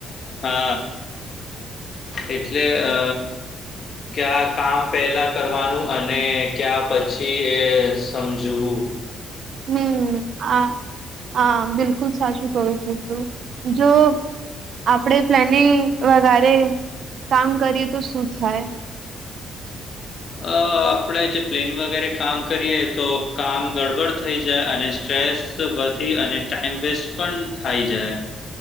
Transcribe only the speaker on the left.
હા એટલે અ ક્યા કામ પહેલા કરવાનું અને ક્યા પછી એ સમજવું
અ આપણે જે પ્લેન વગેરે કામ કરીએ તો કામ ગડબડ થઈ જાય અને સ્ટ્રેસ સ વધી અને ટાઈમ વેસ્ટ પણ થાય જાય